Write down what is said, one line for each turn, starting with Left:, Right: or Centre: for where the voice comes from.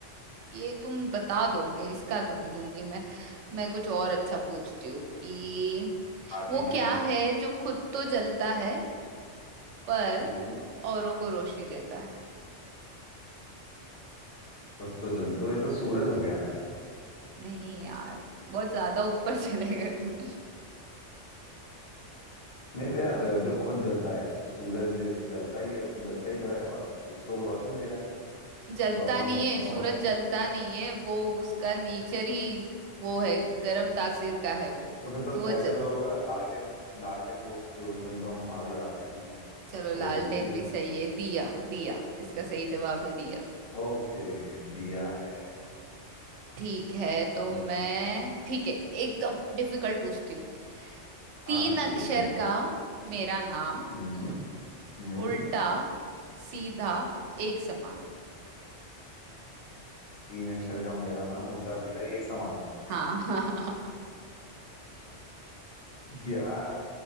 Right: ये तुम बता दोगे इसका तो नहीं दूंगी मैं मैं कुछ और अच्छा पूछती हूँ कि
Left: हाँ
Right: वो
Left: ठीक
Right: क्या
Left: है
Right: है जो खुद तो जलता है पर
Left: हम्म
Right: औरों को रोशनी देता है
Left: खुद तो जल तो ये तो सूरज हो गया ना यार
Right: नहीं यार बहुत ज्यादा ऊपर <laughs> चले गए तुम
Left: नहीं तो यार जो खुद जलता है तो सूरज जलता ही है जलता ही तो है और दूसरों को रोशनी दे रहा है
Right: <laughs> जलता
Left: दोनों
Right: नहीं है
Left: दोनों
Right: सूरज
Left: कंडीशन
Right: जलता
Left: तो
Right: नहीं है वो उसका नेचर ही वो है गरम तासीर का है वो
Left: तो फिर तो
Right: तो वो जल,
Left: ऐसे तो अ, लालटेन लालटेन बोल सकते हो उसमें भी तो हम आग लगाते हैं बीच में
Right: चलो
Left: तो
Right: लालटेन
Left: वो जलती है
Right: भी सही है दिया दिया इसका सही जवाब है दिया
Left: ओके दिया है
Right: ठीक है तो
Left: हम्म,
Right: मैं ठीक है एकदम डिफिकल्ट पूछती हूँ तीन
Left: हाँ ठीक
Right: अक्षर
Left: है एकदम डिफिकल्ट
Right: का मेरा नाम
Left: हम्म हम्म
Right: उल्टा सीधा एक समान
Left: तीन अक्षर का मेरा नाम उल्टा सीधा एक समान
Right: हाँ हाँ
Left: यार